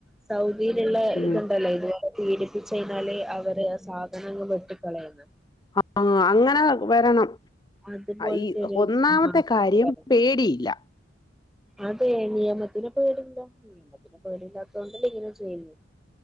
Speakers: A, in the centre; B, on the left.
A: സൗ ദീല്ള്ള
B: ഉം
A: ഇതുണ്ടല്ലോ ഇതുവരെ പീഡിപ്പിച്ച് കഴിഞ്ഞാല് അവര് സാധനങ്ങൾ വെട്ടിക്കളയണം.
B: ആ അങ്ങനെ വരണം.
A: അതുപോലത്തെ
B: ഈ
A: ഒരു
B: ഒന്നാമത്തെ
A: സംഭവം
B: കാര്യം
A: വരുന്നത്.
B: പേടിയില്ല.
A: അതെ നിയമത്തിനെ പേടിയില്ല. പിന്നെ പേടിയില്ലാത്ത കൊണ്ടല്ലേ ഇങ്ങനെ ചെ ചെയ്തു.